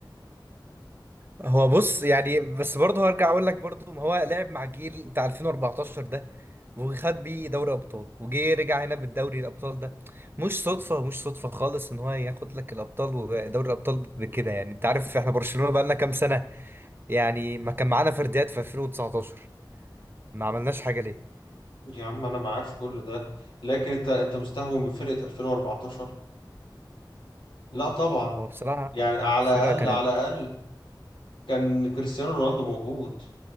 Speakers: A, on the right; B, on the left.
A: هو بص يعني بس برضه هرجع اقول لك برضه ما هو لعب مع جيل بتاع 2014 ده وخد بيه دوري ابطال وجي رجع هنا بالدوري الابطال ده مش صدفه مش صدفه خالص ان هو ياخد لك الابطال ودوري الابطال بكده يعني انت عارف احنا برشلونه بقى لنا كام سنه يعني ما كان معانا فرديات في 2019 ما عملناش حاجه ليه
B: يا عم أنا معاك في كل ده لكن أنت أنت مستهون بفرقة 2014 لا طبعا
A: هو بصراحه
B: يعني على
A: الفرقه
B: الأقل
A: كانت
B: على الأقل كان كريستيانو رونالدو موجود